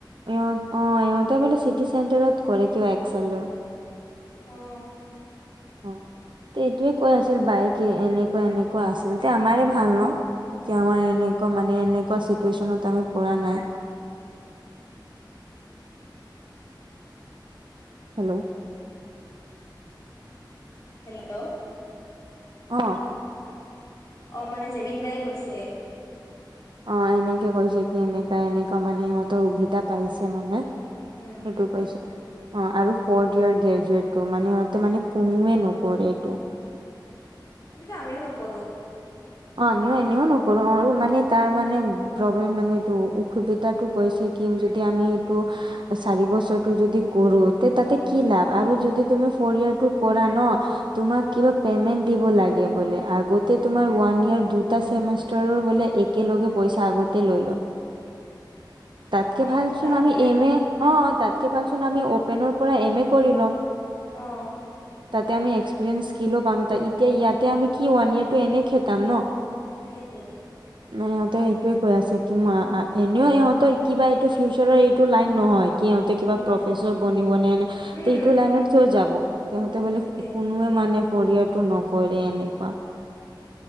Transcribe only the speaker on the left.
অ
হেল্লো
অ মানে জেবিন বায়ে কৈছে।
উম
সেইটো টো আমিও নকৰো।
এ একো
লাভ
নাই
অ
তাকেতো।
উম
উম
সেইটোয়ে